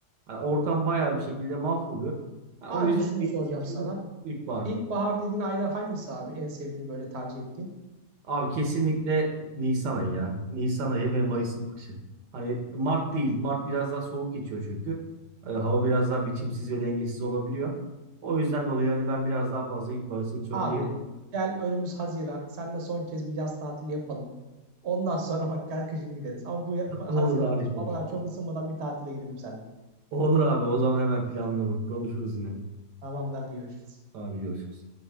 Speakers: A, on the right; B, on the right.
A: hani ortam bayağı bir şekilde mahvoluyor. Ha,
B: Sadece
A: o yüzden
B: şunu
A: benim
B: soracağım
A: seçimim
B: sana.
A: ilkbahar.
B: İlkbahar dediğin aylar hangisi abi? En sevdiğin böyle tercih ettiğin?
A: Abi kesinlikle Nisan ayı ya. Nisan ayı
B: Hmm.
A: ve Mayıs'ın başı. Hani Mart değil. Mart biraz daha soğuk geçiyor çünkü. Ee, hava biraz daha biçimsiz ve dengesiz olabiliyor. O yüzden dolayı hani ben biraz daha fazla ilkbaharı seçiyorum
B: Abi
A: diyebilirim.
B: gel önümüz Haziran. Seninle son kez bir yaz tatili yapalım. Ondan sonra bak gel kışın gideriz. Ama bu,
A: <laughs>
B: bu Haziran
A: Olur harika
B: havalar
A: olur.
B: çok ısınmadan bir tatile gidelim seninle.
A: Olur abi o zaman hemen planlayalım. Konuşuruz yine.
B: Tamamdır hadi görüşürüz.
A: Abi görüşürüz.